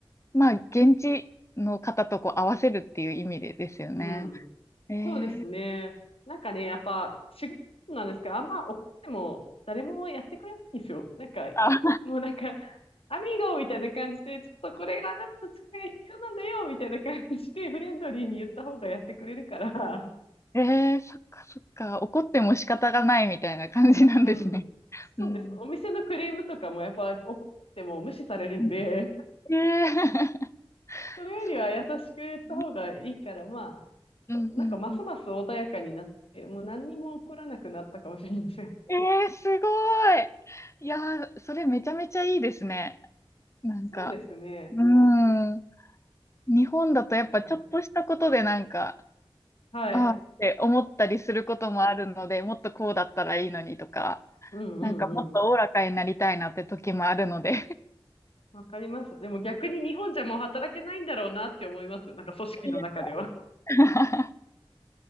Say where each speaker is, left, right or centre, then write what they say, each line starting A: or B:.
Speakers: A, on the left; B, on the left.
A: まあ、現地の方とこう合わせるっていう意味でですよね。
B: うん。
A: え
B: そうですね。
A: ー、
B: なんかね、やっぱ、仕事なんですけど、あんま怒っても誰もやってくれないんですよ。なんか、
A: あ、
B: もうなんか、アミーゴみたいな感じで、ちょっとこれがあなたの力が必要なんだよ、みたいな感じで、フレンドリーに言った方がやってくれるから、
A: えー、そっかそっか、怒っても仕方がないみたいな感じなんですね。
B: うん。
A: <laughs>
B: そうです。
A: うん。
B: お店のクレームとかもやっぱ怒っても無視されるんで、
A: うんえー、
B: それよりは優しく言った方がいいから、
A: <laughs> そうね
B: まあ、
A: うんうんうん。
B: そなんかますます穏やかになって、もう何にも起こらなくなったかもしれません。
A: えー、すごい。いやー、それめちゃめちゃいいですね。なんか、
B: そうですね。
A: う
B: う
A: ん。日本だとやっぱちょっとしたことでなんか、
B: んはい。
A: ああって思ったりすることもあるので、もっとこうだったらいいのにとか、
B: うんうんうん。
A: なんかもっとおおらかになりたいなって時もあるので。
B: わかります。でも逆に日本じゃもう働けないんだろうなって思います。なんか組織の中では。
A: いや <laughs>